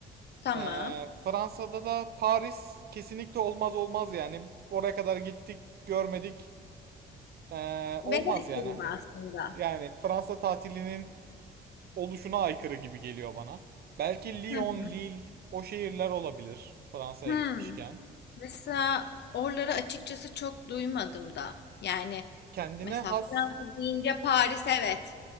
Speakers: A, on the left (about 60°); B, on the right (about 50°).
A: tamam.
B: Ee, Fransa'da da Paris kesinlikle olmaz olmaz yani. Oraya kadar gittik, görmedik. Ee,
A: Venedik
B: olmaz yani
A: gibi
B: hani.
A: aslında?
B: Yani Fransa tatilinin oluşuna aykırı gibi geliyor bana. Belki Lyon,
A: Hı hı.
B: Lille o şehirler olabilir Fransa'ya
A: Hı.
B: gitmişken.
A: Mesela oraları açıkçası çok duymadım da. Yani
B: Kendine
A: mesela
B: has.
A: Fransa deyince Paris evet.